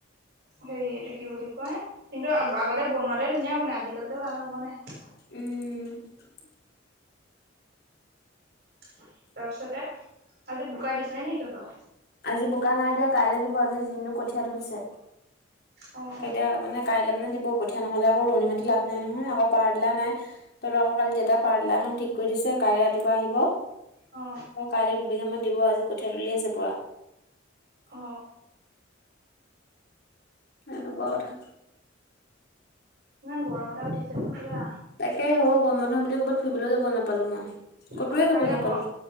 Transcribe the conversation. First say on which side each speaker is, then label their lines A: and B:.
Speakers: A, on the right (about 50°); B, on the left (about 55°).
A: হেৰি এইটো কি বুলি কয় কিন্তু আগ আগতে বনোৱাতে ধুনীয়া বনাই আজিকালিতো ভাল নবনাই।
B: উম। উম।
A: তাৰপিছতে আজি বোকা দিছিলে নি তহতৰ?
B: আজি বোকা নাই দিয়া কাইলৈ দিব, আজি দিনটো কঠীয়া তুলিছে।
A: অ।
B: কেতিয়া মানে কাইলৈ মানে দিব কঠীয়া নহলে আক ৰোৱনী মাটি লাভ নাই নহয় আকৌ পাৱাৰ টিলা নাই। তহত আকৌ কালি দেউতাই পাৱাৰ টিলাখন ঠিক কৰি দিছে, কাইলৈ ৰাতিপুৱা আহিব।
A: অ।
B: অ কাইলৈ দুবিঘা মান দিব আজি কঠিয়া তুলি আছে পোৰা।
A: অ।
B: এনেকুৱা কথা।
A: ইমান গৰম এটা উঠিছে নহয় কিবা?
B: তাকে হ'ব গৰম বন্ধ বুলি ক'ৰবাত ফুৰিবলৈ যাব নাপালো মই? ক'তোৱে
A: সস্তাকে
B: যাবলৈ নাপালো
A: গৰ